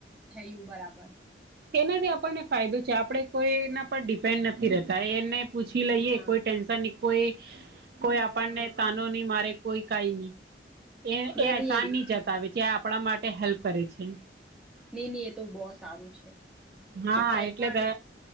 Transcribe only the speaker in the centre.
થયું બરાબર
હા
નઈ
નઈ
નઈ નહી એ તો બહુ સારું છે.
કઈ
પણ